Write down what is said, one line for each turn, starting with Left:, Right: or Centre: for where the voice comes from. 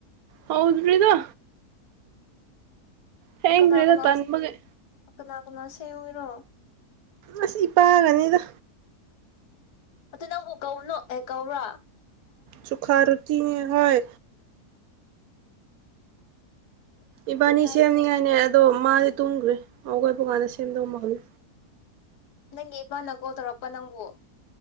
Right: ꯍꯧꯗꯔꯤꯗ ꯊꯦꯡꯒꯔꯦꯗ
Left: ꯀꯅꯥ ꯀꯅꯥ
Right: ꯇꯟꯕꯒꯤ
Left: ꯀꯅꯥ ꯀꯅꯥ ꯁꯦꯝꯒꯦꯔꯣ?
Right: ꯑꯁ ꯏꯄꯥꯒꯅꯤꯗ꯫
Left: ꯑꯗꯨ ꯅꯪꯕꯨ ꯀꯧꯒꯅꯣ ꯑꯦ ꯀꯧꯔ?
Right: ꯁꯨꯈꯥ ꯔꯨꯇꯤꯅꯦ ꯍꯣꯏ ꯏꯕꯥꯅꯤ
Left: ꯌꯥꯏꯅꯦ
Right: ꯁꯦꯝꯅꯤꯡꯉꯥꯏꯅꯦ ꯑꯗꯣ ꯃꯥꯗꯤ ꯇꯨꯝꯒ꯭ꯔꯦ꯫ ꯍꯧꯒꯠꯄꯀꯥꯟꯗ ꯁꯦꯝꯗꯧ ꯃꯥꯜꯂꯦ꯫
Left: ꯅꯪꯒꯤ ꯏꯄꯥꯅ ꯀꯣꯜ ꯇꯧꯔꯛꯄ ꯅꯪꯕꯨ?